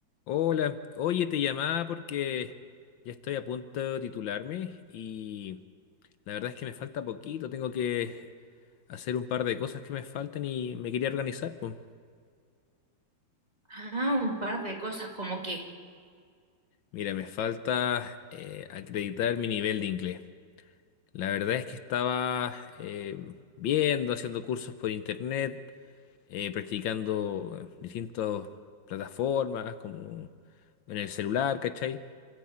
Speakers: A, on the left; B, on the right.
A: Hola, oye, te llamaba porque ya estoy a punto de titularme y la verdad es que me falta poquito, tengo que hacer un par de cosas que me faltan y me quería organizar, pues.
B: Ah, un par de cosas, como que,
A: Mira, me falta eh, acreditar mi nivel de inglés. La verdad es que estaba eh, viendo, haciendo cursos por internet, eh, practicando distintas plataformas como en el celular, ¿cachai?